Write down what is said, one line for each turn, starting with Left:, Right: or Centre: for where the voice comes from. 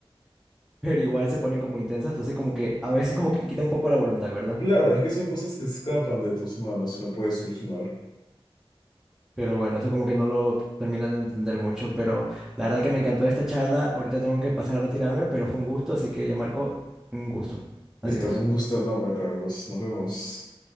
Centre: pero igual se ponen como intensas, entonces como que a veces como que quita un poco la voluntad, ¿verdad?
Left: Claro, es que son cosas que escapan de tus manos y no puedes solucionar.
Centre: Pero bueno, eso como que no lo terminan de entender mucho. Pero la verdad que me encantó esta charla. Ahorita tengo que pasar a retirarme, pero fue un gusto. Así que ya Marco, un gusto.
Left: Listo,
Centre: Adiós.
Left: con un gusto enorme, Carlos. Nos vemos.